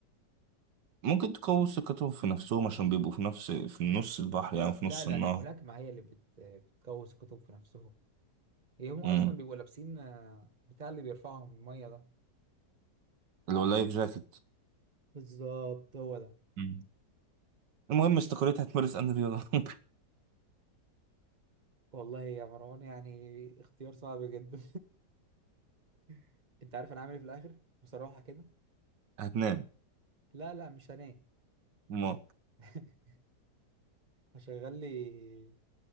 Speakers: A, on the right; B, on the right.
A: ممكن تقوي ثقتهم في نفسهم عشان بيبقوا في نفس في نص البحر يعني في
B: لا
A: نص
B: لا
A: النهر
B: ده الملاكمه هي اللي بت... بتكوس الكتب في نفسهم هي هم اصلا
A: امم
B: بيبقوا لابسين آه، بتاع اللي بيرفعهم الميه ده
A: اللي هو اللايف جاكيت
B: بالظبط هو ده
A: مم. المهم استقريت هتمارس ان رياضه <laughs>
B: والله يا مروان يعني اختيار صعب جدا <laughs> انت عارف انا عامل ايه في الاخر بصراحه كده
A: هتنام
B: لا لا مش هنام
A: مم.
B: <laughs> هشغل لي